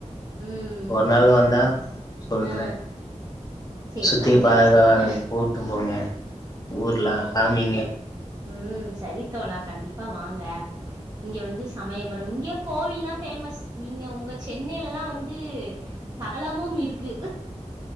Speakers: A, on the right; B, on the left.
A: ம்
B: ஒரு நாள் வந்தா சொல்றேன்
A: ஆ சேரி
B: சுத்தி
A: கண்டிப்பா
B: பாக்க
A: சொல்லுங்க
B: வர போட்டும் போன ஊர்லாம் காமிங்க
A: உம் சரித் தோழா கண்டிப்பா வாங்க இங்க வந்து சமயபுரம் இங்க கோவில்லாம் ஃபேமஸ் நீங்க உங்க சென்னையிலலா வந்து சகலமும் இருக்கு